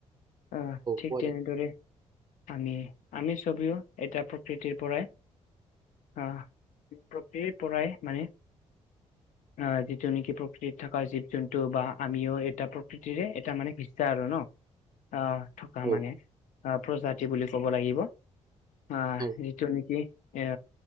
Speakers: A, on the left; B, on the right.
A: অ ঠিক
B: পোৱা
A: তেনেদৰে
B: যায়
A: আমি আমি চবেও এটা প্ৰকৃতিৰ পৰাই অ প্ৰকৃতিৰ পৰাই মানে অ যিটো নেকি প্ৰকৃতিত থকা জীৱ জন্তু বা আমিও এটা প্ৰকৃতিৰে এটা মানে ভিছা আৰু ন আহ থকা
B: অ
A: মানে আহ প্ৰজাতি বুলি ক'ব লাগিব অ
B: অ
A: যিটো নেকি এ